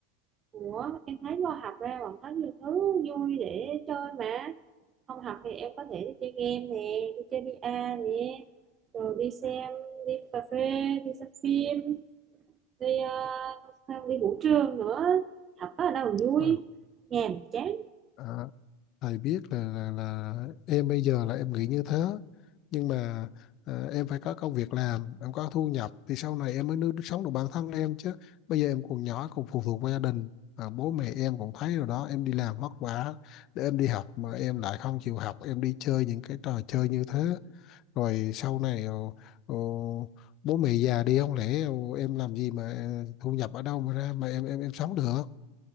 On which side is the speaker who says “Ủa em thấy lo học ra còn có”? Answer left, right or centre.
Right